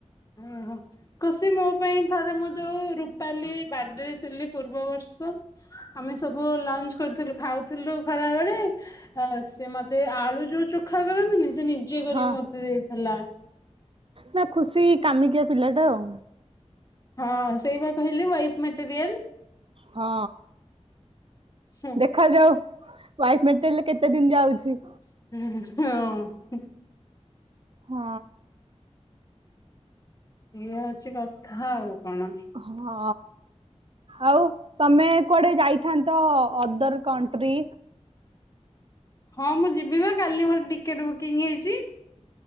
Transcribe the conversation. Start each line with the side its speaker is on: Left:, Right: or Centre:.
Left: ଉହୁଁ ଖୁସି ମୋ ପାଇଁ ଥରେ ମୁଁ ଯୋଉ ରୁପାଲି ବାର୍ଡରେ ଥିଲି ପୂର୍ବ ବର୍ଷ ଆମେ ସବୁ ଲଞ୍ଚ କରଥିଲୁ ଖାଉଥିଲୁ ଖରା ବେଳେ ହେଲା ସେ ମତେ ଆଳୁ ଯୋଉ ଚୋଖା କରନ୍ତିନି ସେ ନିଜେ କରିକି
Right: ହଁ
Left: ମତେ ଦେଇଥିଲା।
Right: ନା ଖୁସି କାମିକିଆ ପିଲା ଟା ଆଉ।
Left: ହଁ ସେଇବା କହିଲି ୱାଇଫ୍ ମେଟେରିଆଲ
Right: ହଁ
Left: ହଁ
Right: ଦେଖାଯାଉ ୱାଇଫ ମେଟେରାଲ କେତେ ଦିନୀ ଯାଉଚି।
Left: <inaudible> ହଁ।
Right: ହଁ।
Left: ଏଇଆ ହଉଚି କଥା ଆଉ କଣ।
Right: ହଁ ଆଉ ତମେ କୁଆଡେ ଯାଇ ଥାନ୍ତ ଅଦର କଣ୍ଟ୍ରି।
Left: ହଁ ମୁଁ ଯିବି ବା କାଲି ମୋର ଟିକେଟ ବୁକିଂ ହେଇଚି।